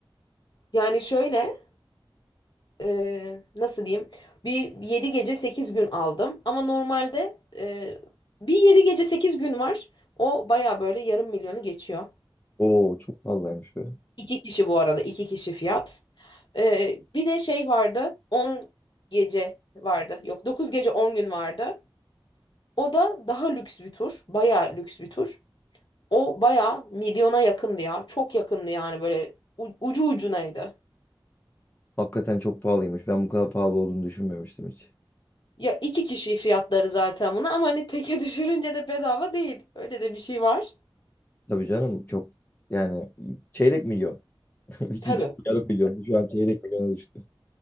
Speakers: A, on the left; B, on the left.
A: Yani şöyle, e, nasıl diyeyim? Bir 7 gece 8 gün aldım. Ama normalde e, bir 7 gece 8 gün var. O baya böyle yarım milyonu geçiyor.
B: Oo çok pahalıymış be.
A: İki kişi bu arada. iki kişi fiyat. Ee, bir de şey vardı. on gece vardı. Yok 9 gece 10 gün vardı. O da daha lüks bir tur. Bayağı lüks bir tur. O bayağı milyona yakındı ya. Çok yakındı yani böyle u- ucu ucunaydı.
B: Hakikaten çok pahalıymış. Ben bu kadar pahalı olduğunu düşünmemiştim hiç.
A: Ya iki kişi fiyatları zaten bunu ama hani teke <laughs> düşürünce de bedava değil. Öyle de bir şey var.
B: Tabii canım çok yani çeyrek milyon. <laughs> İki,
A: Tabii.
B: yarım milyon. Şu an çeyrek milyona düştü.